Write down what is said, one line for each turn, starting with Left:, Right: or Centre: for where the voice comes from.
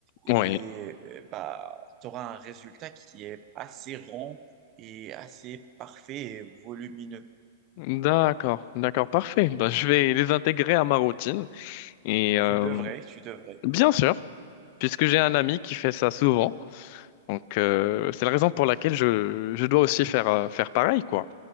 Right: et
Left: Oui,
Right: euh, bah, tu auras un résultat qui est assez rond et assez parfait et volumineux.
Left: d'accord, d'accord, parfait. Bah, je vais les intégrer à ma routine. Et euh,
Right: Tu devrais, tu devrais.
Left: bien sûr, puisque j'ai un ami qui fait ça souvent, donc euh, c'est la raison pour laquelle je, je dois aussi faire, euh, faire pareil, quoi.